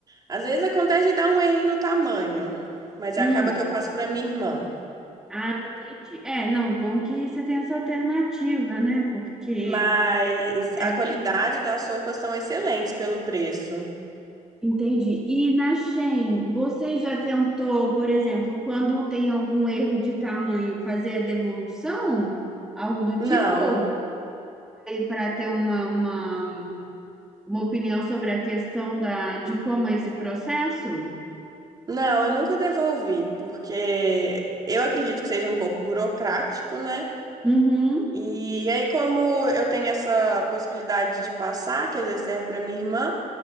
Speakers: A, on the right; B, in the centre.
A: Às vezes acontece de dar um errinho no tamanho, mas
B: hum.
A: é, acaba que eu passo pra minha irmã.
B: Ah, entendi. É, não, bom que você tem essa alternativa, né? Porque
A: Mas
B: é,
A: a qualidade das roupas são excelentes pelo preço.
B: entendi. E na Shein, você já tentou, por exemplo, quando tem algum erro de tamanho, fazer a devolução? Algo do tipo?
A: Não.
B: Para ter uma, uma uma opinião sobre a questão da, de como é esse processo?
A: Não, eu nunca devolvi, porque eu acredito que seja um pouco burocrático, né?
B: Uhum.
A: E aí, como eu tenho essa possibilidade de passar, que às vezes serve para minha irmã,